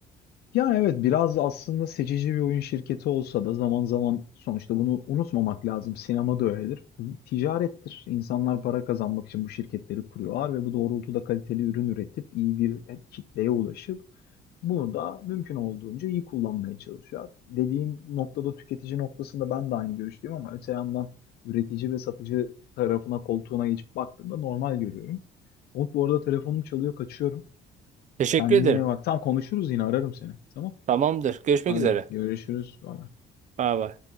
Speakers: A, on the left; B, on the right.
A: Yani evet biraz aslında seçici bir oyun şirketi olsa da zaman zaman sonuçta bunu unutmamak lazım. Sinema da öyledir. Bu bir ticarettir. İnsanlar para kazanmak için bu şirketleri kuruyorlar ve bu doğrultuda kaliteli ürün üretip iyi bir kitleye ulaşıp bunu da mümkün olduğunca iyi kullanmaya çalışıyor. Dediğin noktada tüketici noktasında ben de aynı görüşteyim ama öte yandan üretici ve satıcı tarafına koltuğuna geçip baktığımda normal görüyorum. Umut bu arada telefonum çalıyor kaçıyorum.
B: Teşekkür
A: Kendine
B: ederim.
A: iyi bak. tam konuşuruz yine ararım seni. Tamam.
B: Tamamdır. Görüşmek
A: Hadi
B: üzere.
A: görüşürüz. Bye.
B: Bay bay.